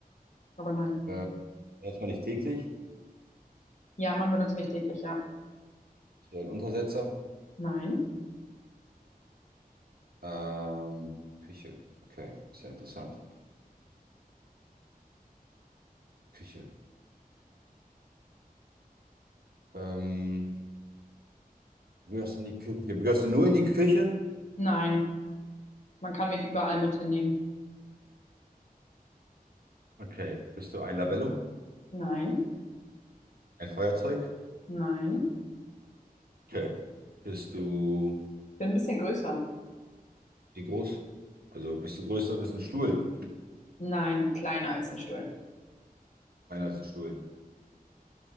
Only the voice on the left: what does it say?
Aber nein.
Ja, man benutzt mich täglich, ja.
Nein.
Nein. Man kann mich überall mit hinnehmen.
Nein,
nein,
Bin ein bisschen größer.
Nein, kleiner als ein Stuhl.